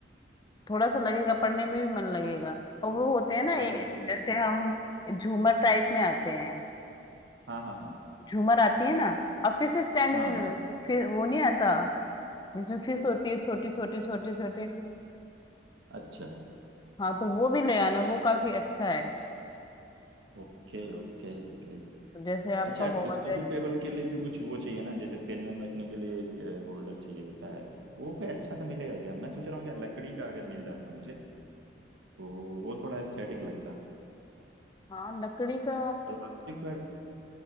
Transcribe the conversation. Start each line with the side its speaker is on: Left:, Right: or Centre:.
Left: थोड़ा सा लगेगा पढ़ने में भी मन लगेगा और वो होते हैं ना
Right: अरे
Left: ए-
Right: बिल्कुल
Left: जैसे
Right: बिल्कुल
Left: हम झूमर टाइप में आते हैं
Right: हाँ हाँ हाँ
Left: झूमर आती है ना अब फिश स्टैंड
Right: हाँ
Left: भी ले- फिर वो नहीं आता जिसमें फिश होती है छोटी छोटी छोटी छोटी
Right: अच्छा
Left: हाँ तो वो भी ले आना वो काफी अच्छा है
Right: Okay okay okay
Left: तो जैसे आपका
Right: अच्छा
Left: हॉल
Right: स्टडी
Left: है
Right: टेबल के लिए भी कुछ वो चाहिए ना जैसे पेन वेन रखने के लिए एक होल्डर चाहिए होता है वो कोई अच्छा सा मिलेगा क्या मैं सोच रहा हूँ क्या लकड़ी का अगर मिल जाता मुझे तो वो थोड़ा एस्थेटिक लगता
Left: हाँ लकड़ी का
Right: प्लास्टिक का